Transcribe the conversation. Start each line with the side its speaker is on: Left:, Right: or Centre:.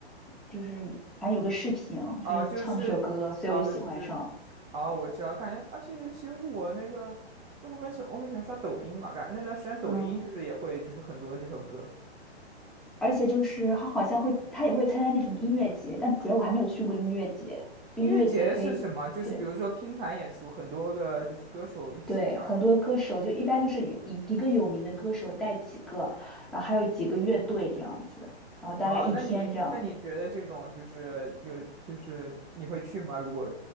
Centre: 就是反正有个视频，
Right: 啊，
Centre: 就是唱这首歌，
Right: 就是啊，
Centre: 所以我就喜欢上了。
Right: 就是啊，我知道，感觉，而且尤其又是我那个，就我很喜我很喜欢刷抖音嘛，感觉那段时间抖音就是也会就是很多这首歌。
Centre: 嗯，而且就是他好像会，他也会参加那什么音乐节，但主要我还没有去过音乐节，就音乐节可以。
Right: 音乐节是什么？就是比如说拼盘演出，
Centre: 对。
Right: 很多个就是歌手一起这样嘛。
Centre: 对，很多歌手就一般就是有一一个有名的歌手带几个，然后还有几个乐队这样子，然后大概一天这样。
Right: 啊，那你那你觉得这种就是有就是你会去吗？如果